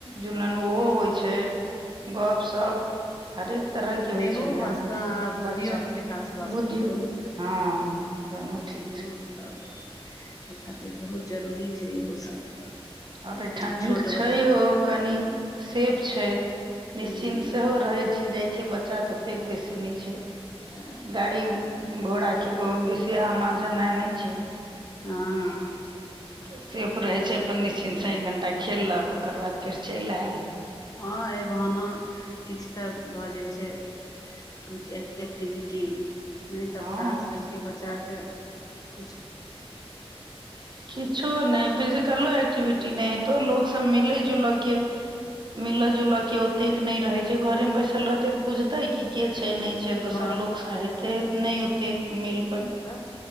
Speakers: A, on the right; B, on the left.
A: जुलन उहो होय छै। गप-शप हर एक तरह के होय
B: देहो
A: छै नै
B: वास्ते आ बुद्धियो
A: बच्चा के
B: विकास वास्ते
A: बुद्धि हां। दूनू ची
B: दुनू तब ए खातिर बहुत जरूरी छै इहो सब।
A: और एठा नीक
B: छोट
A: छहियौ
B: बच्चा
A: कनी सेफ छै,
B: हूँ
A: निश्चिन्त सेहो रहय छी, जाए छैै बच्चा तै ओतेक बेसी नै छै।
B: तै।
A: गाड़ी-घोड़ा के बहुत बेसी आना जनाय नै छै।
B: हॉं।
A: तऽ सेफ रहय छै अपन निश्चिन्त से एक घण्टा खेललक ओकर बाद फेर चैल ऐल
B: हॉं ऐ बहाना किछ तै भऽ जाए छै। कुछ एक्ट एक्टिविटी नै तब
A: हँ
B: तऽ आज काएल के बच्चा केँ कुछ
A: किछो नै फिजिकलो एक्टिविटी नै हेतय लोकसब मिलय जुलय के मिलऽ जुलऽ के ओतेक नै रहय छै घरे मे बैसल रह एतेक बुझतै की के छै नै छै
B: घर
A: दोसर लोक से हेतै नै ओतेक मिल पर
B: तब